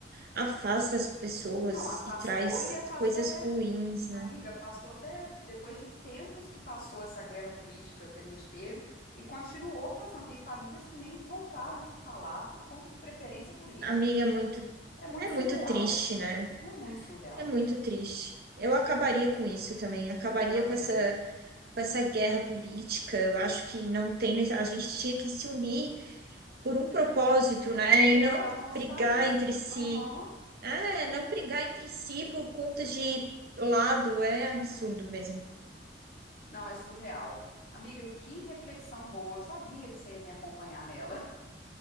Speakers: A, on the right; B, on the left.
A: afasta as pessoas
B: Não, afastou
A: e traz
B: e afastou
A: coisas
B: até,
A: ruins, né?
B: amiga, afastou até depois de tempos que passou essa guerra política que a gente teve e continuou afastando. Tem famílias que nem voltaram a se falar por conta de preferência política.
A: Amiga, é muito,
B: É muito
A: é muito
B: surreal,
A: triste, né?
B: é muito surreal.
A: É muito triste. Eu acabaria com isso também, acabaria
B: Eu também.
A: com essa com essa guerra política. Eu acho que não tem, nece- a gente tinha que se unir por um propósito, né?
B: E é melhorar
A: E não
B: o nosso
A: brigar
B: país.
A: entre si.
B: Aham.
A: É, não brigar entre si por conta de lado é absurdo mesmo.
B: Não, é surreal. Amiga, que reflexão boa. Eu sabia que você ia me acompanhar nela.